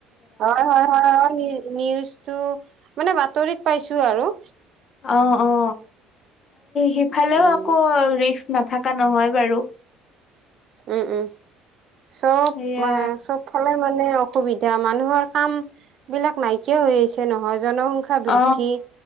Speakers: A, on the right; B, on the left.
A: হয় হয় হয় নিউজটো মানে বাতৰিত পাইছো আৰু
B: অ অ সিফালেও
A: উম
B: আকৌ ৰিছ নাথকা নহয় বাৰু
A: উম উম চব
B: সেয়া
A: মানে চব ফালে মানে অসুবিধা মানুহৰ কাম বিলাক নাইকিয়া হৈ আছে নহয় জনসংখ্যা বৃদ্ধি
B: অ